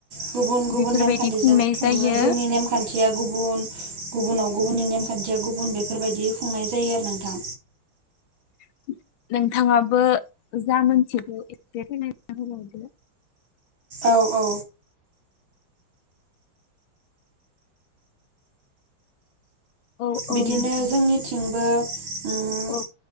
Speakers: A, on the right; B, on the left.
A: गुबुन गुबुन
B: बेफोरबायदि
A: नेमखान्थिजों
B: खुंनाय
A: खुङो
B: जायो
A: जोंनि नेमखान्थिया गुबुन गुबुनाव गुबुननि नेमखान्थिया गुबुन बेफोरबायदि खुंनाय जायो आरो नोंथां
B: <inaudible> नोंथाङाबो जा मोनथिगौ एसे फोरमायना होलांदो।
A: औ औ।
B: औ औ
A: बिदिनो
B: नोंथां
A: जोंनिथिंबो उम
B: औ।